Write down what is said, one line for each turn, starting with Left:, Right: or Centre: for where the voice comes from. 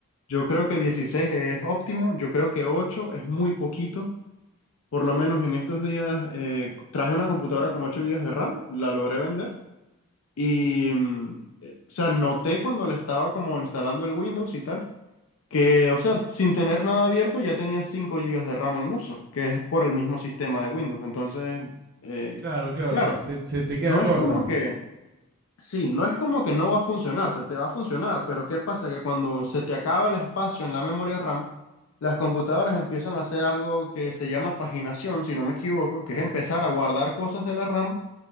Left: Yo creo que 16 es óptimo, yo creo que 8 es muy poquito, por lo menos en estos días eh, traje una computadora con 8 gigas de RAM, la logré vender y, mm, eh, o sea, noté cuando le estaba como instalando el Windows y tal que, o sea, sin tener nada abierto ya tenía 5 gigas de RAM en uso, que es por el mismo sistema de Windows. Entonces, eh,
Right: claro, claro,
Left: claro,
Right: te- se, se te
Left: no
Right: queda corta.
Left: es como que, sí, no es como que no va a funcionar, te, te va a funcionar, pero ¿qué pasa? Que cuando se te acaba el espacio en la memoria RAM, las computadoras empiezan a hacer algo que se llama paginación, si no me equivoco, que es empezar a guardar cosas de la RAM